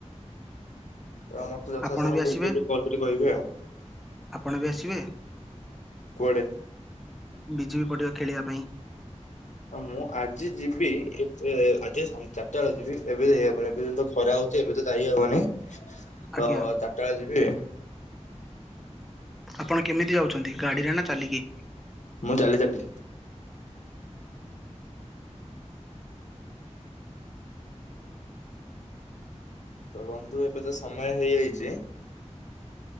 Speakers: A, on the left; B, in the centre.
A: ତ ମୋତେ ଯଥା
B: ଆପଣ
A: ସମୟ
B: ବି ଆସିବେ
A: ପୂର୍ବରୁ କଲ୍ କରି କହିବେ ଆଉ।
B: ଆପଣ ବି ଆସିବେ?
A: କୁଆଡେ?
B: ବିଜେବି ପଡ଼ିଆ ଖେଳିବା ପାଇଁ?
A: ମୁଁ ଆଜି ଯିବି ଏ ଆଜି ଚାରିଟା ବେଳେ ଯିବି ଏବେ ଏବେି ଖରା ହଉଛି ଏବେ ତ ଯାଇହବନିଁ ତ
B: ଆଜ୍ଞା
A: ଚାରିଟା ବେଳେ ଯିବି।
B: ଆପଣ କେମିତି ଯାଉଛନ୍ତି ଗାଡିରେ ନା ଚାଲିକି?
A: ମୁଁ ଚାଲି ଚାଲି। ତ ବନ୍ଧୁ ଏବେ ତ ସମୟ ହେଇଯାଇଛି।